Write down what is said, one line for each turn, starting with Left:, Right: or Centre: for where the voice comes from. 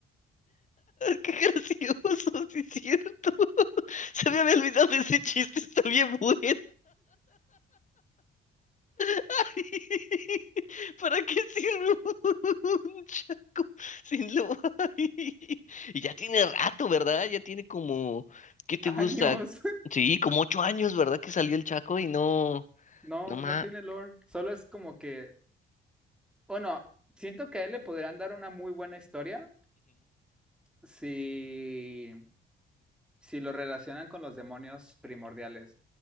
Left: qué gracioso, <laughs> sí es cierto. Se me había olvidado de ese chiste, está bien bueno. <laughs> ¿Para qué sirve un <laughs> chaco sin lo <laughs> Y ya tiene rato, ¿verdad? Ya tiene como, ¿qué te gusta?
Centre: años. <laughs>
Left: Sí, como ocho años, ¿verdad? Que salió el chaco y no,
Centre: No,
Left: no más.
Centre: no tiene lore. Solo es como que, bueno, siento que a él le podrían dar una muy buena historia si, si lo relacionan con los demonios primordiales,